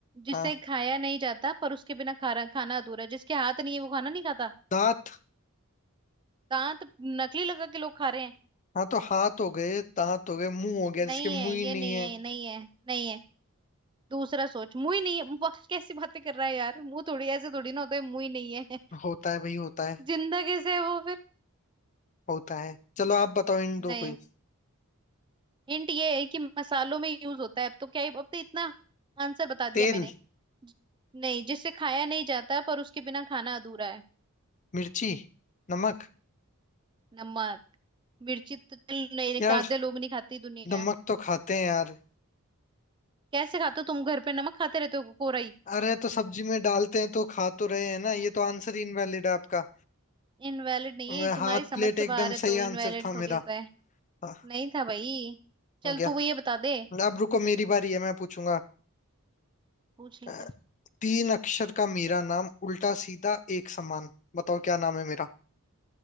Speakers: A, on the right; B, on the left.
A: जिसे
B: हाँ
A: खाया नहीं जाता पर उसके बिना खाना खाना अधूरा है जिसके हाथ नहीं है वो खाना नहीं खाता
B: दांत
A: दांत नकली लगा के लोग खा रहे हैं
B: हाँ तो हाथ हो गए दांत हो गए मुंह हो गया जिसके
A: नहीं
B: मुंह
A: है
B: ही
A: ये
B: नहीं
A: नहीं
B: है
A: है ये नहीं है नहीं है दूसरा सोच मुंह ही नहीं है वाह कैसी बातें कर रहा है यार मुंह थोड़ी ऐसे थोड़ी ना होता है मुंह ही नहीं है
B: होता है भाई होता है
A: <laughs> जिंदा कैसे है वो फिर
B: होता है चलो आप बताओ इन दो
A: नहीं
B: कोई
A: हिंट ये है कि मसालों में यूज होता है अब तो क्या ही अब तो इतना आंसर बता दिया
B: तेल
A: मैंने ज- नहीं जिससे खाया नहीं जाता पर उसके बिना खाना अधूरा है
B: मिर्ची नमक
A: नमक मिर्ची तो चल नहीं
B: यार
A: आधे लोग नहीं खाती दुनिया
B: नमक तो खाते हैं यार
A: कैसे खाते हो तुम घर पे नमक खाते रहते हो कोरा ही
B: अरे तो सब्जी में डालते हैं तो खा तो रहे हैं ना ये तो आंसर ही इनवैलिड है आपका
A: इनवैलिड नहीं है
B: मैं-
A: ये तुम्हारी
B: हाथ
A: समझ
B: प्लेट
A: से बाहर
B: एकदम
A: है तो
B: सही
A: इनवैलिड
B: आंसर था
A: थोड़ी
B: मेरा
A: होता है
B: हाँ,
A: नहीं था भाई चल
B: हो गया
A: तू वो ये बता दे
B: अब रुको मेरी बारी है मैं पूछूंगा
A: पूछ ले
B: अ,
A: चल
B: तीन अक्षर का मेरा नाम उल्टा सीधा एक समान बताओ क्या नाम है मेरा